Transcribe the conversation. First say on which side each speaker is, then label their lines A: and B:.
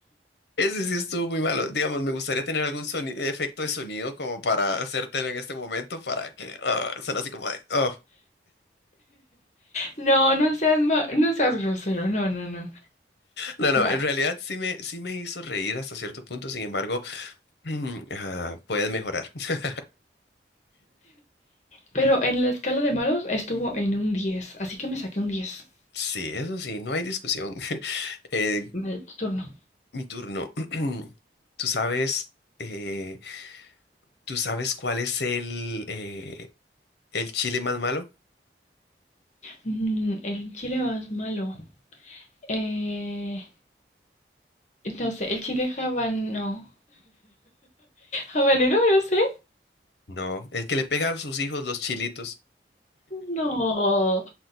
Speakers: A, on the left; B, on the left.
A: Ese sí estuvo muy malo. Digamos, me gustaría tener algún soni- efecto de sonido como para hacértelo en este momento para que ah, suene así como de... "Ah".
B: No, no seas ma- no seas grosero, no, no, no.
A: No, no,
B: Va.
A: en realidad sí me, sí me hizo reír hasta cierto punto, sin embargo, <clears throat> ah, puedes mejorar. <laughs>
B: Pero en la escala de malos estuvo en un diez, así que me saqué un 10.
A: Sí, eso sí, no hay discusión. <laughs> Eh,
B: Vale, tu turno.
A: mi turno. <clears throat> Tú sabes, eh, ¿tú sabes cuál es el, eh, el chile más malo?
B: Mm, el chile más malo. Eh, no sé, el chile habano. ¿Habanero? No sé.
A: No, el que le pega a sus hijos los chilitos.
B: No,